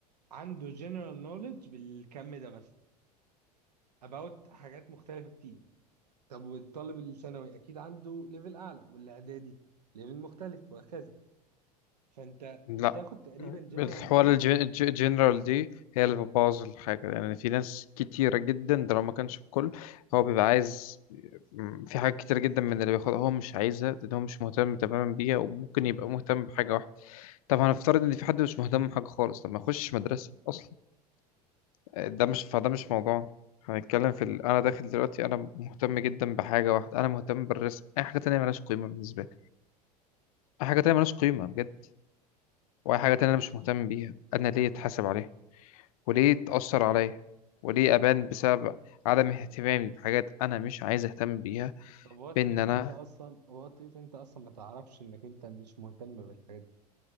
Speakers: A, on the right (about 75°); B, on the left (about 60°).
A: عنده general knowledge بالكم ده مثلا about حاجات مختلفه كتير طب والطالب الثانوي اكيد عنده ليفل اعلى والاعدادي ليفل مختلف وهكذا فانت
B: لا
A: بتاخد تقريبا جنرال
B: الحوار
A: نول
B: الج- الج- الجنرال دي هي اللي بتبوظ الحاجة يعني في ناس كتيرة جدا ده لو ما كانش الكل هو بيبقى عايز م- في حاجات كتير جدا من اللي بياخدها هو مش عايزها لأن هو مش مهتم تماما بيها وممكن يبقى مهتم بحاجة واحدة طب هنفترض ان في حد مش مهتم بحاجه خالص طب ما يخشش مدرسه اصلا آه، ده مش فده مش موضوع هنتكلم في ال... انا داخل دلوقتي انا مهتم جدا بحاجه واحده انا مهتم بالرسم اي حاجه تانية ملهاش قيمه بالنسبه لي اي حاجه تانية ملهاش قيمه بجد واي حاجه تانية انا مش مهتم بيها انا ليه اتحاسب عليها وليه اتاثر عليا وليه ابان بسبب عدم اهتمامي بحاجات انا مش عايز اهتم بيها
A: طب وات
B: بان
A: اف
B: انا
A: انت اصلا وات اف انت اصلا ما تعرفش انك انت مش مهتم بالحاجات دي